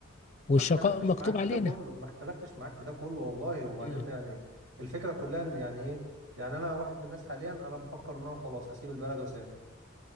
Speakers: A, on the left (about 35°); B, on the right (about 70°).
A: والشقاء
B: ما اختلفتش
A: مكتوب
B: معاك في
A: علينا
B: ده كله ما اختلفتش معاك في ده كله والله وبعدين
A: مم.
B: يعني الفكرة كلها ان يعني ايه يعني انا واحد من الناس حاليا انا بفكر ان انا خلاص اسيب البلد واسافر